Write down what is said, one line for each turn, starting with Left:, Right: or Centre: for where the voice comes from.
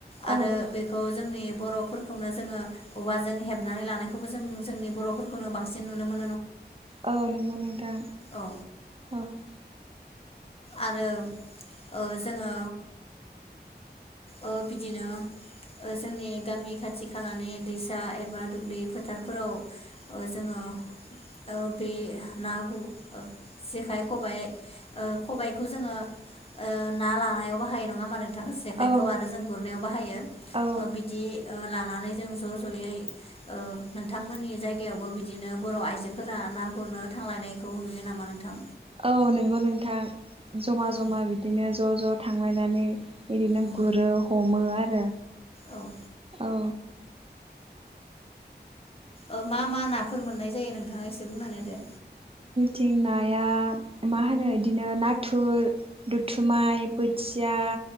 Left: आरो
Right: औ
Left: बेखौ जोंनि बर'फोरखौनो जोङो औवाजों हेबनानै लानायखौबो जों-जोंनि बर'फोरखौनो बांसिन नुनो मो
Right: औ नोंगौ नोंथां
Left: औ
Right: औ ‌।
Left: आरो ओ जोङो ओ बिदिनो ओ जोंनि गामि खाथि खालानि दैसा एबा दुब्लि फोथारफोराव ओ जोङो ओ बे ना गु ओ जेखाइ खबाय ओ खबाय खौ जोङो ओ ना लानायाव बाहायो नङा ओमबा नोंथां? जेखाय
Right: औ
Left: खौ आरो जों गुरनायाव बाहायो
Right: औ
Left: ओ बिदि ओ लानानै जों ज' ज'यै ओ नोंथांमोननि जायगायावबो बिदिनो बर' आइजो फोरा ना गुरनो थांलायनायखौ नुयो नामा नोंथां?
Right: औ नंगौ नोंथां ज'मा ज'मा
Left: औ
Right: बिदिनो ज' ज' थांलायनानै बिदिनो
Left: औ
Right: गुरो हमो आरो।
Left: औ
Right: औ।
Left: ओ मा मा ना फोर मोननाय जायो नोंथाङा एसे बुंनानै होदो।
Right: थिं नाया मा होनो इदिनो नाथुर दुथुमाय बोथिया